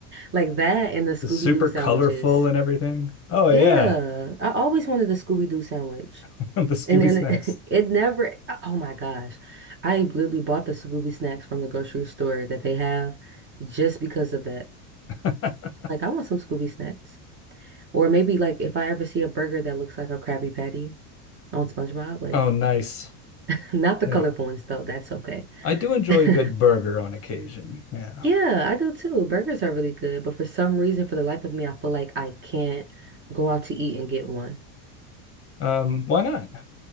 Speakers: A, on the right; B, on the left.
A: Like that and the Scooby-Doo
B: it's super
A: sandwiches.
B: colorful and everything. Oh yeah,
A: Yeah, I always wanted the Scooby-Doo sandwich.
B: <laughs> the Scooby
A: And then
B: snacks.
A: it, <laughs> it never, oh my gosh. I literally bought the Scooby snacks from the grocery store that they have just because of that.
B: <laughs>
A: Like, I want some Scooby snacks. Or maybe like if I ever see a burger that looks like a Krabby Patty. on SpongeBob. Like,
B: oh nice.
A: <laughs> not the
B: Yeah,
A: colorful ones though. That's okay.
B: I do enjoy
A: <laughs>
B: a good burger on occasion. Yeah.
A: Yeah, I do too. Burgers are really good, but for some reason, for the life of me, I feel like I can't go out to eat and get one.
B: Um, why not?